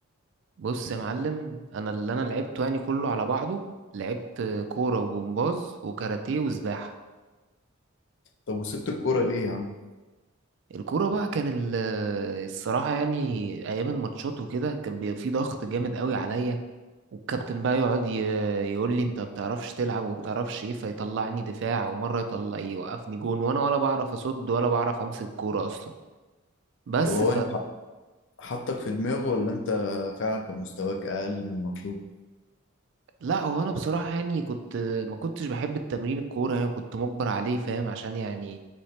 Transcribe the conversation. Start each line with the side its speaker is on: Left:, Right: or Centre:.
Right: بص يا معلم انا اللي انا لعبته يعني كله على بعضه لعبت كورة وجمباز وكاراتيه وسباحة
Left: طب وسبت الكورة ليه يا عم
Right: الكورة بقى كان ال- الصراحة يعني أيام الماتشات وكده كان بيبقى في ضغط جامد قوي عليا والكابتن بقى يقعد ي- يقول لي أنت بتعرفش تلعب وبتعرفش إيه فيطلعني دفاع ومرة يطلع يوقفني جون وأنا ولا بعرف أصد ولا بعرف أمسك كورة أصلا بس
Left: طب هو انت ح- حطك في دماغه ولا انت فعلا كان مستواك اقل من المطلوب
Right: لا هو انا بصراحه يعني كنت ما كنتش بحب التمرين الكوره يعني كنت مجبر عليه فاهم عشان يعني